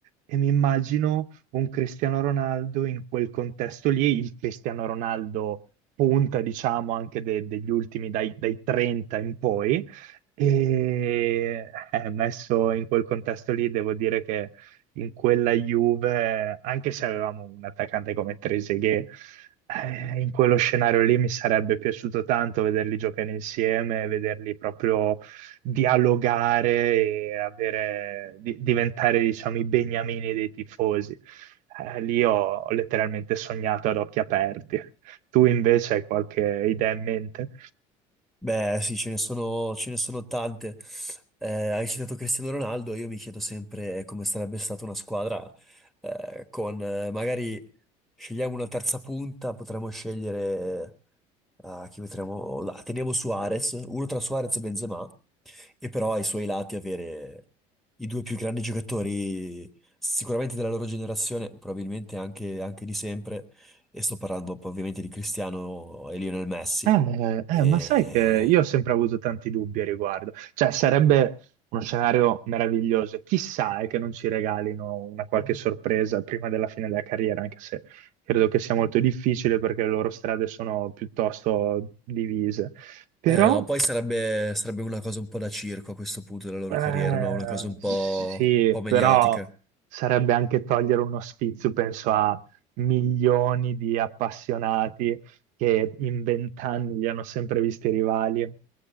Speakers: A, on the right; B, in the centre.
A: e mi immagino un Cristiano Ronaldo in quel contesto lì, il Cristiano Ronaldo punta, diciamo, anche de- degli ultimi, dai, dai 30 in poi. E eh, messo in quel contesto lì, devo dire che in quella Juve, anche se avevamo un attaccante come Trezeguet, eh, in quello scenario lì mi sarebbe piaciuto tanto vederli giocare insieme, vederli proprio dialogare e avere- di- diventare, diciamo, i beniamini dei tifosi. Eh, lì ho ho letteralmente sognato ad occhi aperti. Tu invece hai qualche idea in mente?
B: Beh, sì, ce ne sono, ce ne sono tante. Eh, hai citato Cristiano Ronaldo, io mi chiedo sempre come sarebbe stata una squadra eh, con eh, magari scegliamo una terza punta, potremmo scegliere ah, chi metteremo là. Teniamo Suarez, uno tra Suarez e Benzema, e però ai suoi lati avere i due più grandi giocatori sicuramente della loro generazione, probabilmente anche, anche di sempre, e sto parlando poi ovviamente di Cristiano e Lionel Messi.
A: Eh, eh,
B: E
A: ma sai che io ho sempre avuto tanti dubbi a riguardo. Cioè, sarebbe uno scenario meraviglioso. Chissà è che non ci regalino una qualche sorpresa prima della fine della carriera, anche se credo che sia molto difficile perché le loro strade sono piuttosto divise. Però
B: Eh no, poi sarebbe, sarebbe una cosa un po' da circo a questo punto della loro
A: eh,
B: carriera, no? Una cosa un po',
A: sì,
B: un po' mediatica.
A: però sarebbe anche togliere uno spizio, penso a milioni di appassionati che in vent'anni li hanno sempre visti rivali.